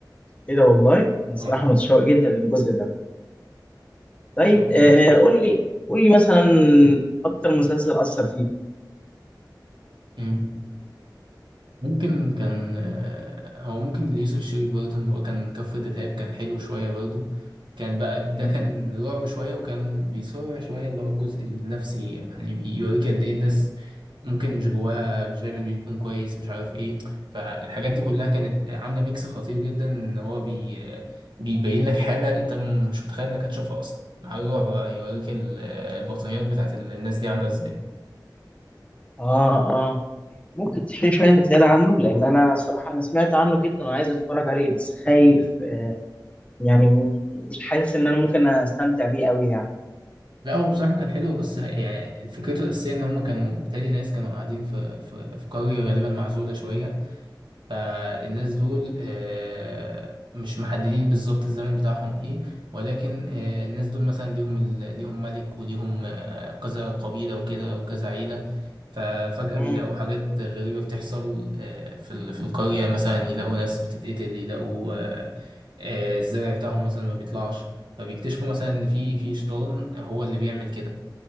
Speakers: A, on the left; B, on the right.
A: إيه ده والله أنا الصراحة
B: اه ان
A: متشوق جدا للجزء ده طيب
B: شاء الله
A: آه قول لي قول لي مثلا أكتر مسلسل أثر
B: مم. ممكن كان آه، هو ممكن ليوسف الشريف برضه ان هو كان كف دلهاب كان حلو شوية برضه كان بقى ده
A: فيك
B: كان رعب شوية وكان بيصارع شوية اللي هو الجزء النفسي يعني بيوريك قد ايه الناس ممكن مش جواها مش دايما بيكون كويس مش عارف ايه فالحاجات دي كلها كانت عاملة ميكس خطير جدا ان هو بي بيبين لك حالة انت مش متخيل انك هتشوفها اصلا مع الرعب بقى يوريك ال- البطانيات بتاعت الناس دي عاملة ازاي
A: اه اه ممكن تحكي لي شويه زياده عنه لان انا صراحه انا سمعت عنه جدا وعايز اتفرج عليه بس خايف آه، يعني م- مش حاسس ان انا ممكن استمتع بيه قوي يعني
B: لا هو بصراحة كان حلو بس يعني فكرته الأساسية إن هما كانوا بالتالي ناس كانوا قاعدين في في في قرية غالبا معزولة شوية فالناس دول آه، مش محددين بالظبط الزمن بتاعهم إيه ولكن آه، الناس دول مثلا ليهم ال- ليهم ملك وليهم آه، كذا قبيلة وكده وكذا عيلة ففجأة
A: مم،
B: بيلاقوا حاجات غريبة بتحصل آه، في ال- في القرية مثلا يلاقوا ناس بتتقتل يلاقوا آه، آه، الزرع بتاعهم مثلا ما بيطلعش فبيكتشفوا مثلا ان في في شيطان هو اللي بيعمل كده